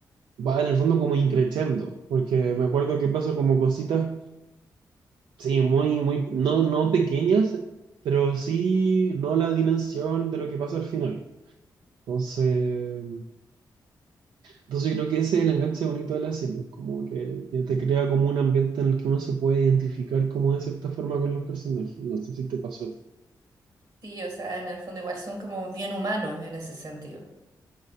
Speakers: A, on the right; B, on the right.
A: va en el fondo como increciendo, porque me acuerdo que pasa como cositas, sí, muy, muy, no, no pequeñas, pero sí no la dimensión de lo que pasa al final. Entonces... Entonces yo creo que ese es el enganche bonito de la serie, como que, que te crea como un ambiente en el que uno se puede identificar como de cierta forma con los personajes. No sé si te pasó a ti.
B: Sí, o sea, en el fondo igual son como bien humanos en ese sentido.